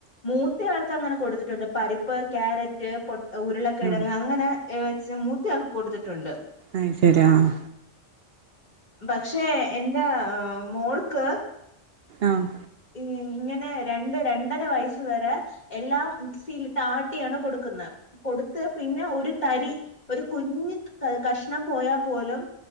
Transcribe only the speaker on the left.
മൂത്തയാൾക്കങ്ങന കൊടുത്തിട്ടുണ്ട് പരിപ്പ് ക്യാരറ്റ് പൊട് ഉരുളക്കിഴങ്ങ്
അങ്ങനെ എ വെച്ച മൂത്തയാക്ക് കൊടുത്തിട്ടുണ്ട്
പക്ഷേ എന്റ അ മോൾക്ക്
ഇ ഇങ്ങനെ രണ്ട് രണ്ടര വയസ് വരെ എല്ലാം മിക്സിയിലിട്ട് ആട്ടിയാണ് കൊടുക്കുന്നേ കൊടുത്ത് പിന്നെ ഒരു തരി ഒരു കുഞ്ഞ് ക കഷ്ണം പോയാ പോലും